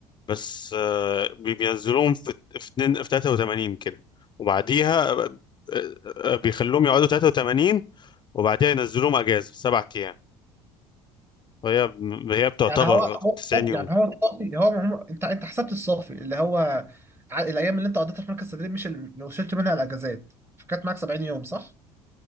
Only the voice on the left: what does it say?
بس آه، بي- بينزلوهم في في اتنين- في 83 كده وبعديها آه، آه، آه، بيخلوهم يقعدوا 83 وبعديها ينزلوهم اجازه سبع ايام وهي هي بتعتبر
90
يوم